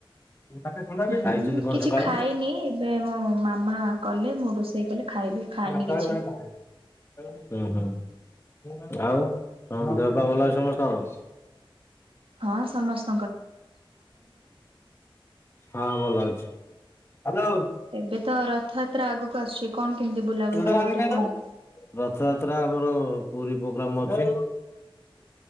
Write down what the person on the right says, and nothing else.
ହୁଁ
କିଛି
ଖାଇନି ଏବେ ମୋ ମାମା କଲେ ମୁଁ ରୋଷେଇ କଲେ ଖାଇବି ଖାଇନି
କିଛି।
ହଁ ସମସ୍
ଏବେ ତ ରଥଯାତ୍ରା ଆଗକୁ ଆସୁଚି କଣ କେମିତି ବୁଲାବୁଲି
କରିବ
ଟିକେ
କୁହନ୍ତୁ?